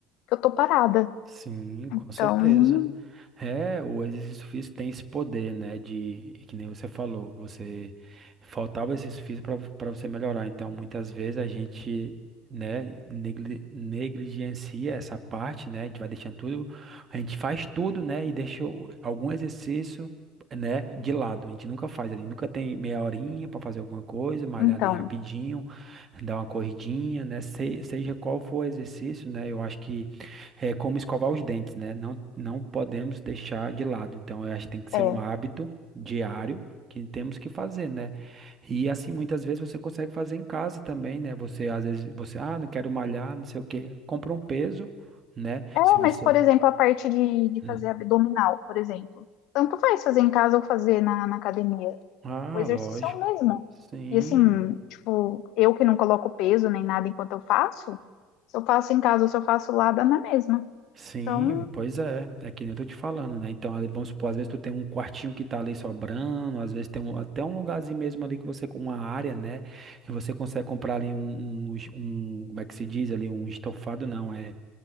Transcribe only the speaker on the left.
que eu tô parada.
Então,
então,
é.
É,
mas, por exemplo, a parte de, de
fazer abdominal, por exemplo. Tanto faz fazer em casa ou fazer na, na academia.
O exercício
é o mesmo.
E assim, tipo, eu que não coloco peso nem nada enquanto eu faço, se eu faço em casa ou se eu faço lá, dá na mesma.
Então,